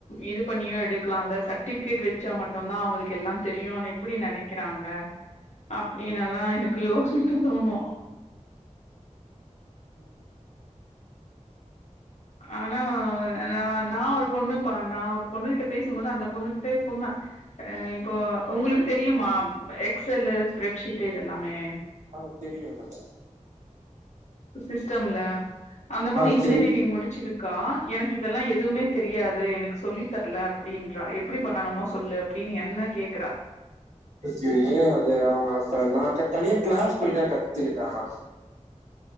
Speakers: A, on the left; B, on the right.
A: இது பண்ணியோ எடுக்கலாம்ல்ல சர் டிபிகேட் வச்சா மட்டுதா அவுங்களுக்கு எல்லா தெரியுனு எப்டி நெனைக்கிறாங்க அ ப்டின்னெல்லா எனக்கு யோசிக்க தோணு ஆனா ந நா ஒரு பொண்ணுப்ப நா ஒரு பொண்ணு கிட்ட பேசும்போது அந்த பொண்ணு கிட்டயே சொன்னே ஆ இப்போ உங்களுக்கு தெரியுமா எக்ஸ் எல்லு ஸ்பரெட்ஷீட்டு இதெல்லாமே
B: ஆ தெரியு எனக்கு
A: சி சிஸ்டம்ல அந்த பொண்ணு
B: ஆ
A: இன்ஜினியரிங்
B: தெரியு
A: முடிச்சிருக் கா எனக்கு இதெல்லா எதுவுமே தெரியாது எனக்கு சொல்லி தர்ல அப்டின்றா எப்டி பண்ணணுமோ சொல்லு அப் டின்னு என்ன கேக்குறா
B: ஓகே அது அவுங்க அப்ப நா க தனியா க்ளாஸ் போய்த கத்துக்கிட்ட ஆன